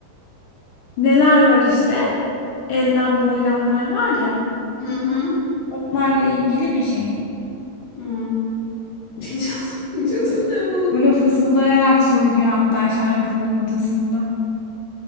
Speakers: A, on the left; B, on the left.
A: Neler var işte? Enlem boylamlar var ya.
B: hı.
A: Onlarla ilgili bir şey.
B: Hmm. <laughs> Hiç, hiç hatırlayamadım.
A: Böyle fısıldayarak söylüyor hatta şarkının ortasında.